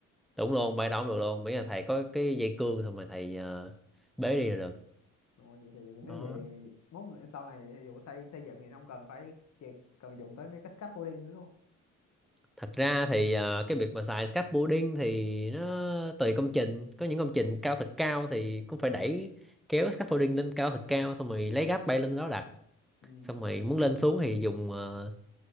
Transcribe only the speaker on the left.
rồi vậy thì
nếu vậy mốt này- sau này ví dụ xây xây dựng thì không cần phải chỉ cần dùng tới mấy cái scaffolding nữa luôn
ừ.